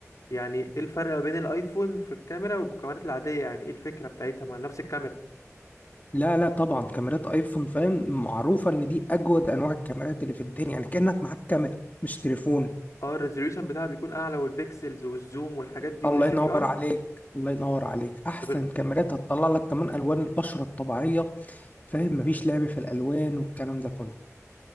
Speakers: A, on the left; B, on the left.
A: يعني ايه الفرق ما بين الايفون في الكاميرا والكاميرات العادية يعني ايه الفكرة بتاعتها ما نفس الكاميرا
B: لا لا طبعا كاميرات ايفون فاهم معروفة ان دي اجود انواع الكاميرات اللي في الدنيا يعني كأنك معاك كاميرا مش تليفون
A: اه الريزوليوشن بتاعها بيكون اعلى والبيكسلز والزوم والحاجات دي والاتش
B: الله ينور
A: دي ار
B: عليك الله ينور عليك احسن
A: طب ال...
B: كاميرات هتطلع لك كمان الوان البشرة الطبيعية فاهم مفيش لعب في الالوان والكلام ده كله